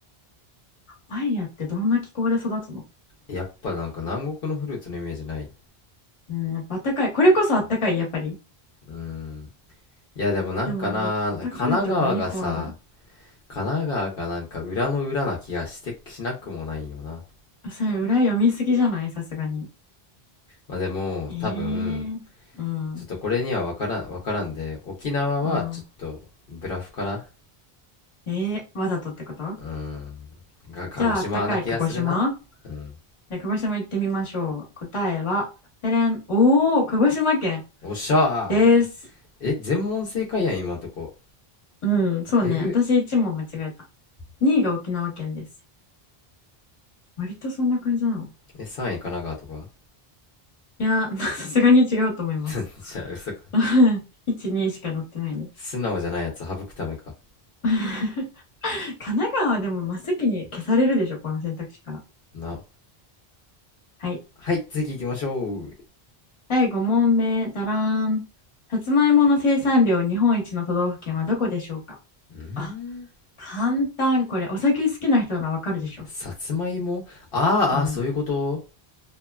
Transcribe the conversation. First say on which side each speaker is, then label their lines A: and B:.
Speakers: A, on the left; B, on the left.
A: バイヤってどんな気候で育つの
B: やっぱなんか南国のフルーツのイメージない。
A: うん、やっぱあったかい。これこそあったかい、やっぱり。
B: うーん。いや、でもなんかな、
A: でも、あったかいとこ2個ある。
B: 神奈川がさ、神奈川がなんか裏の裏な気がして、しなくもないよな。
A: それ、裏読みすぎじゃないさすがに。
B: まあでも、
A: えー、
B: 多分、
A: うん、
B: ちょっとこれには分からん、分からんで、沖縄はちょっとブラフかな
A: うん。えー、わざとってこと
B: うん。が、鹿児島な気がするな。
A: じゃあ、あったかい鹿児島
B: うん。
A: で鹿児島行ってみましょう。答えは、てれん。おー、鹿児島県
B: おっしゃー。
A: です。
B: え、全問正解やん、今んとこ。
A: うん、そうね。
B: えぐ。
A: 私1問間違えた。2位が沖縄県です。割とそんな感じなの
B: え、3位神奈川とか
A: いやー、さすがに違うと思います。
B: <laughs> じゃあ、嘘か。
A: <laughs> 1、2しか載ってないね。
B: 素直じゃないやつ省くためか。
A: <laughs> 神奈川でも真っ先に消されるでしょ、この選択肢から。
B: な。
A: はい。
B: はい、次行きましょう。ん
A: 第5問目、だらーん。さつまいもの生産量日本一の都道府県はどこでしょうか
B: ーん
A: あ、簡単。これ、お酒好きな人ならわかるでしょ。
B: さつまいもあーあー、
A: うん。
B: そういうこと